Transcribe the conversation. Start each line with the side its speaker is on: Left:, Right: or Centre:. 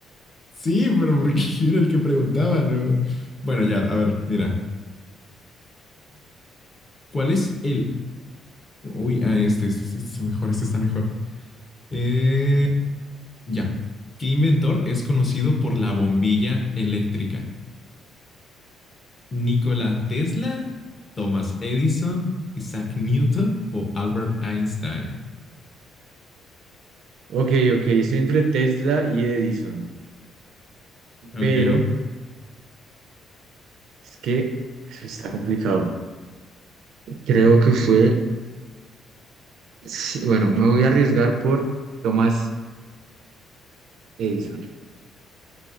Left: Sí, pero porque <laughs> era el que preguntaba, ¿no? Bueno, ya, a ver, mira. ¿Cuál es el. Uy, ah, este, este, este está mejor, este está mejor. Eh, ya. ¿Qué inventor es conocido por la bombilla eléctrica? ¿Nikola Tesla, Thomas Edison, Isaac Newton o Albert Einstein?
Right: Ok, ok, estoy entre Tesla y Edison,
Left: Ok.
Right: pero es que eso está complicado. Creo que fue, sí, bueno, me voy a arriesgar por Thomas Edison.